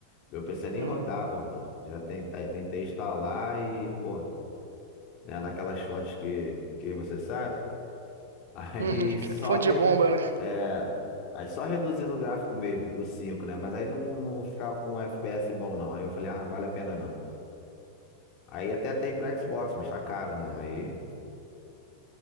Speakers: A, on the left; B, on the right.
A: Meu PC nem
B: Uhum.
A: rodava, mano. Já tentei, tentei instalar e, pô, né, naquelas fontes que, que você sabe. <laughs> Aí
B: <laughs>
A: só,
B: Fonte
A: re,
B: de bomba, né?
A: é, aí só reduzindo o gráfico mesmo, do 5, né? Mas aí não, não ficava com um FPS bom, não. Aí eu falei, ah, não vale a pena, não. Aí até tem pra Xbox, mas tá caro, né? Aí,